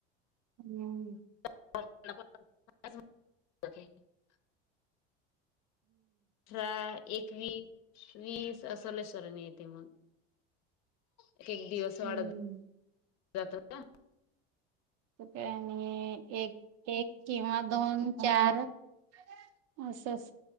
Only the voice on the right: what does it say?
हम्म.
हम्म
तु आणि एक एक किंवा दोन चार असच